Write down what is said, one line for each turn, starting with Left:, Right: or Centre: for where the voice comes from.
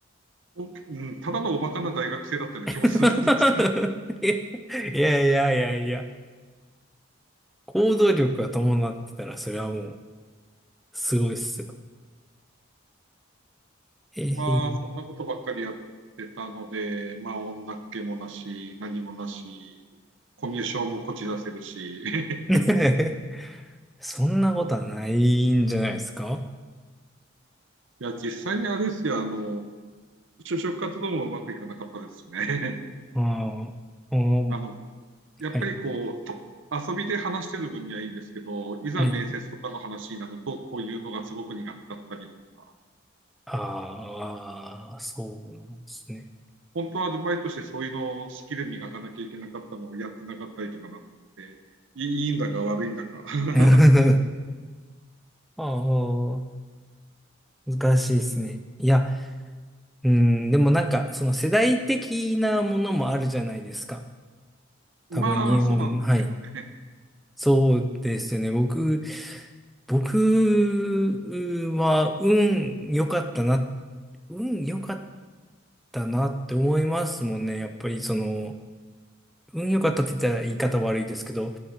Right: 行っうんただのおバカな大学生だったような気もする。
Centre: <laughs>
Right: <laughs>
Centre: いやいやいやいや、行動力が伴ってたら、それはもう、すごいっすよ。えーいいね
Right: まあそんなことばっかりやってたので、まあ女っ気もなし、何もなし、コミュ障もこじらせるし、<laughs>
Centre: <laughs> そんなことはないんじゃないですか
Right: いや、実際にあれですよ、あの、就職活動もうまくいかなかったですね。
Centre: ああ、おー
Right: <laughs> あの、やっぱりこう、
Centre: はい、
Right: と遊びで話してる分にはいいんですけど、いざ面接とかの話になると、
Centre: はい。
Right: こういうのがすごく苦手だったりとか、
Centre: ああ、そうなんですね。
Right: 本当はアルバイトしてそういうのをスキル磨かなきゃいけなかったのをやってなかったりとかなったので、いいんだか悪いんだか。<laughs>
Centre: <laughs> ああ、難しいですね。いや、うん、でもなんか、その世代的なものもあるじゃないですか。
Right: まあ、
Centre: 多分日本、
Right: そうなんですけどね。
Centre: はい。そうですね。僕、僕は運良かったな、運良かったなって思いますもんね。やっぱりその、運良かったって言ったら言い方悪いですけど、